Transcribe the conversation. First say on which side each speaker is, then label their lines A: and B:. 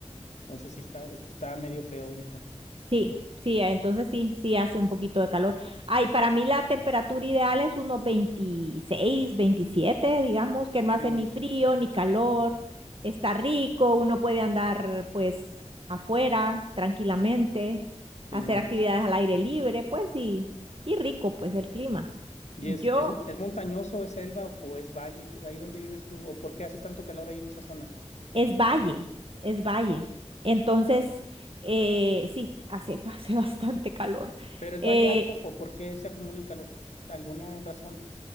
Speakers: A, on the left; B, on the right.
A: Entonces sí está, está medio feo ahorita.
B: Sí, sí, entonces sí, sí hace un poquito de calor. Ay, para mí la temperatura ideal es unos 26, 27, digamos, que no hace
A: Sí,
B: ni frío ni calor, está rico, uno puede andar pues afuera tranquilamente,
A: sí.
B: hacer actividades al aire libre, pues sí, y y rico pues el clima.
A: ¿Y
B: Yo
A: es, es, es montañoso, es selva o, o es valle? ¿Ahí donde vives tú? ¿O por qué hace tanto calor ahí en esa zona?
B: es valle, es valle. Entonces, eh, sí, hace, <laughs> hace bastante calor.
A: ¿Pero es
B: Eh,
A: valle alto o por qué se acumula el calor? ¿Alguna razón?